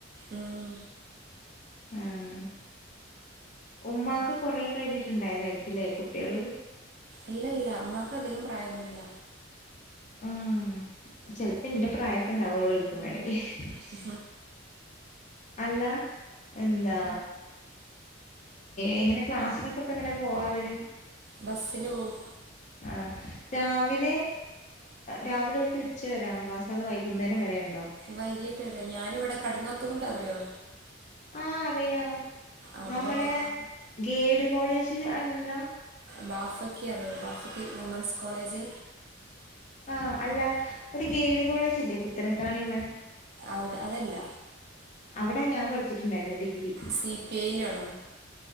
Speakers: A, on the right; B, on the left.
A: ഉം
B: ആഹ ഉമാക്ക് കൊറെ കഴിഞ്ഞിട്ടുണ്ടായതായിരിക്കുംല്ലേ കുട്ടികള്
A: ഇല്ല ഇല്ല ഉമ്മമാക്ക് അതികം ണ്ടായിരുന്നില്ല
B: ഉം ചിലപ്പോ എന്റെ പ്രായക്കെ ഇണ്ടാവുള്ളൂ. <unintelligible>
A: ഇ
B: അല്ല എന്താ എങ്ങനെ ക്ലാസിനൊക്കെ ഇപ്പ എങ്ങനെ പോവാറ്.
A: ബസിന് പോവും.
B: ആ രാവിലെ രാവിലോട്ട് ഉച്ചവരാണ് ക്ളാസ് അതോ വൈകുന്നേരം വരെണ
A: വൈകീട്ട് വരാ ഞാനിവിടെ കടങ്ങാത്ത കൊണ്ട് അറിയോ
B: ആഹ അയാ
A: അവിടെയാണ്
B: നമ്മളെ ഗേട് കോളേജ് അല്ല
A: ബാഫക്കി അറിയോ ബാഫക്കി വുമൻസ് കോളേജ്.
B: ആ അല്ല ഒരു ഗേഡ് കോളേജ്ല്ലേ പുത്തനത്താണി ള്ളേ
A: ഔടെ അതല്ല
B: അവിടാ ഞാൻ പഠിച്ചിട്ടുണ്ടായിരുന്നു. ഡിഗ്രി
A: സി പി ഐയിലാണ